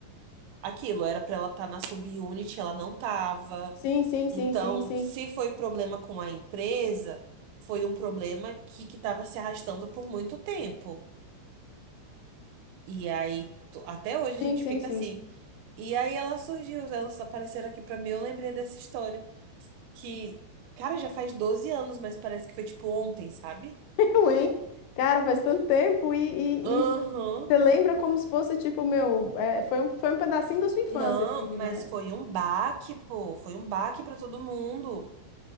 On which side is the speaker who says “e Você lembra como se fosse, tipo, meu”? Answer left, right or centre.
Left